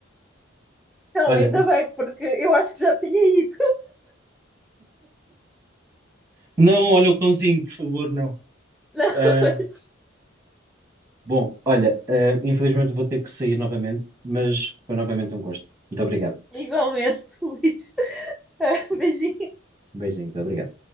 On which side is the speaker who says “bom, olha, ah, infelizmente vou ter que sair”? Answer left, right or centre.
Right